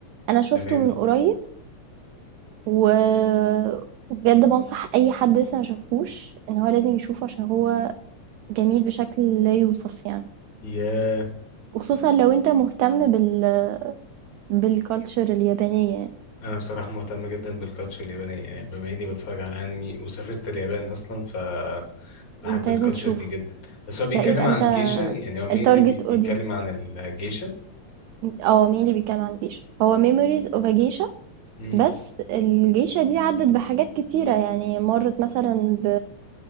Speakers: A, on the right; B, on the left.
A: انا شفته
B: تمام
A: من قريب و وبجد بنصح اي حد لسه ما شافوش ان هو لازم يشوفه عشان هو جميل بشكل لا يوصف يعني
B: يا
A: وخصوصا لو انت مهتم بال بالكالتشر اليابانية يعني
B: انا بصراحة مهتم جدا بالكالتشر اليابانية يعني بما اني بتفرج على انمي وسافرت اليابان اصلا ف بحب
A: انت
B: الكالتشر
A: لازم تشوفه
B: دي جدا بس هو بيتكلم
A: لا يبقى
B: عن
A: انت
B: الجيشة يعني هو مين
A: التارجت
B: اللي بي-
A: اودينس
B: بيتكلم عن الجيشة
A: اه مين اللي بيتكلم عن جيش هو ميموريز اوف a geisha
B: امم
A: بس الجيشة دي عدت بحاجات كتيرة يعني مرت مثلا ب...